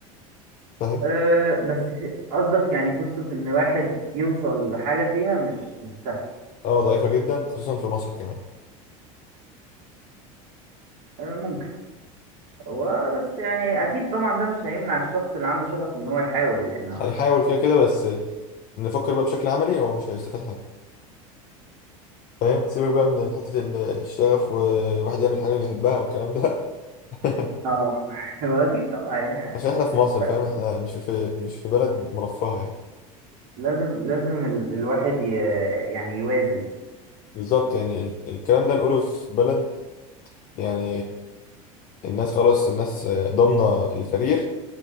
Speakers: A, on the left; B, on the right.
A: فاهم؟
B: أه بس في- قصدك يعني فرصة ان واحد يوصل لحاجة فيها مش مش سهل
A: اه ضعيفة جدا خصوصا في مصر كمان
B: أه ممكن هو بس يعني اكيد طبعا ده مش هيمنع الشخص اللي عنده شغف ان هو يحاول لان هو
A: هيحاول كده كده بس نفكر بقى بشكل عملي هو مش هيستفاد حاجة فاهم؟ سيبك بقى من حتة ال- الشغف وواحد يعمل حاجة بيحبها والكلام ده <laughs>
B: اه <laughs> هو اكيد طبعا يعني
A: عشان احنا في مصر
B: ل-
A: فاهم؟ احنا مش في مش في بلد مرفهة يعني
B: لازم لازم ال... الواحد ي... يعني يوازن
A: بالظبط يعني ال- الكلام ده نقوله في بلد يعني الناس خلاص الناس ضامنة الكارير